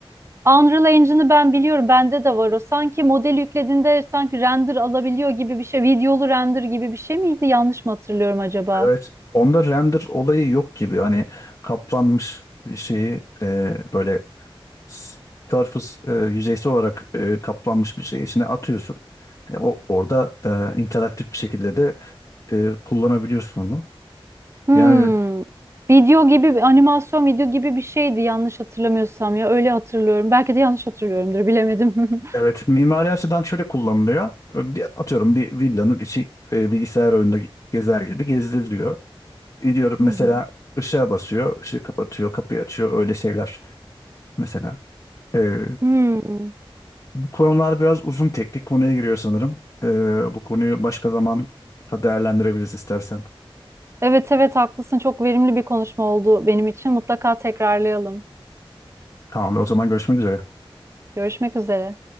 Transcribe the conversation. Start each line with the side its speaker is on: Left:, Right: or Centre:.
Right: Unreal Engine'ı ben biliyorum. Bende de var o. Sanki model yüklediğinde sanki render alabiliyor gibi bir şey. Videolu render gibi bir şey miydi? Yanlış mı hatırlıyorum acaba?
Left: Evet, onda render olayı yok gibi. Hani kaplanmış bir şeyi e, böyle s- surface e, yüzeysel olarak e, kaplanmış bir şey içine atıyorsun. E, o orada e, interaktif bir şekilde de e, kullanabiliyorsun onu.
Right: Hmm.
Left: Yani
Right: Video gibi, bir- animasyon video gibi bir şeydi yanlış hatırlamıyorsam ya. Öyle hatırlıyorum. Belki de yanlış hatırlıyorumdur. Bilemedim.
Left: evet mimari açıdan şöyle kullanılıyor. E, Bir, atıyorum bir villanın içi e, bilgisayar oyununda gezer gibi gezdiriliyor. Gidiyorum
Right: <laughs>
Left: mesela
Right: Hı hı.
Left: ışığa basıyor, ışığı kapatıyor, kapıyı açıyor öyle şeyler mesela. E,
Right: Hmm.
Left: Konular biraz uzun teknik konuya giriyor sanırım. Ee, bu konuyu başka zaman da değerlendirebiliriz istersen.
Right: Evet evet haklısın. Çok verimli bir konuşma oldu benim için. Mutlaka tekrarlayalım.
Left: Tamamdır, o zaman görüşmek üzere.
Right: Görüşmek üzere.